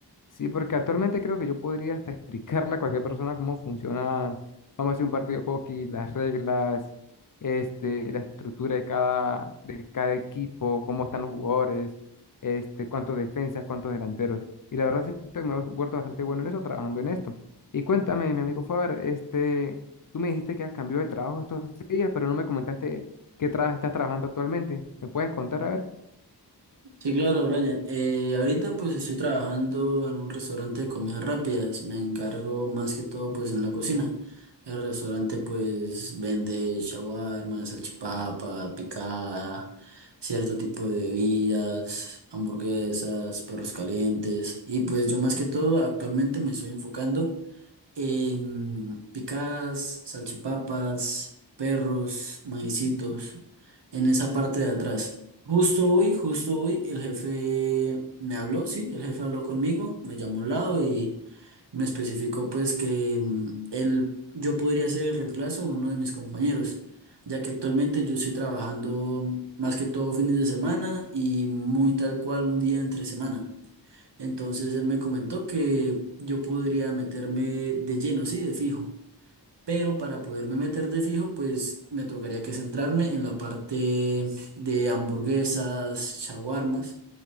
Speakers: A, on the left; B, on the right.
A: Sí, porque actualmente creo que yo podría hasta explicarle a cualquier persona cómo funciona, vamos a decir, un partido de hockey, las reglas, este, la estructura de cada, de cada equipo, cómo están los jugadores, este, cuántos defensas, cuántos delanteros. Y la verdad siento que me he vuelto bastante bueno en eso, trabajando en esto. Y cuéntame, mi amigo Faber, este, tú me dijiste que has cambiado de trabajo estos días, pero no me comentaste qué trabajo estás trabajando actualmente. ¿Me puedes contar? A ver.
B: Sí, claro, Brian. Eh, ahorita pues estoy trabajando en un restaurante de comidas rápidas. Me encargo más que todo pues en la cocina. El restaurante pues vende shawarma, salchipapa, picada, cierto tipo de bebidas, hamburguesas, perros calientes. Y pues yo más que todo actualmente me estoy enfocando en picadas, salchipapas, perros, maicitos, en esa parte de atrás. Justo hoy, justo hoy, el jefe me habló, sí, el jefe habló conmigo, me llamó a un lado y me especificó pues que mm, él, yo podría ser el reemplazo de uno de mis compañeros, ya que actualmente yo estoy trabajando más que todo fines de semana y muy tal cual un día entre semana. Entonces él me comentó que yo podría meterme de lleno, sí, de fijo. Pero para poderme meter de fijo, pues me tocaría que centrarme en la parte de hamburguesas, shawarmas.